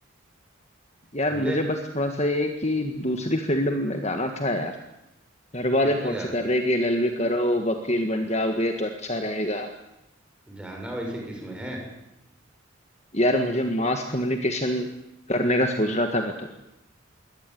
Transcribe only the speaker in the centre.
समझे
किसमें
जाना
जाना वैसे किसमें है